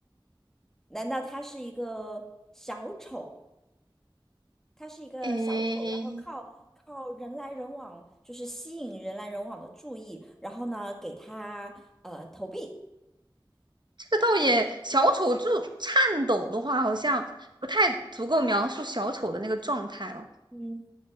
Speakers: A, in the centre; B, on the right.
A: 难道他是一个小丑？他是一个小丑，
B: 诶，
A: 然后靠靠人来人往，就是吸引人来人往的注意，然后呢，给他呃投币。
B: 这个倒也，小丑就颤抖的话，好像不太足够描述小丑的那个状态哦。
A: 嗯，